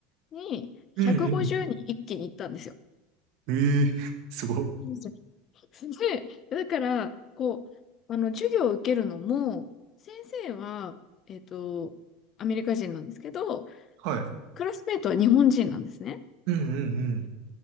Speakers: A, on the left; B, on the right.
A: に150人一気に行ったんですよ。
B: うんうん。ええすごっ。
A: うんで、だから、こう、あの、授業を受けるのも、先生は、えっと、アメリカ人なんですけど、
B: はい。
A: クラスメイトは日本人なんですね。
B: うんうん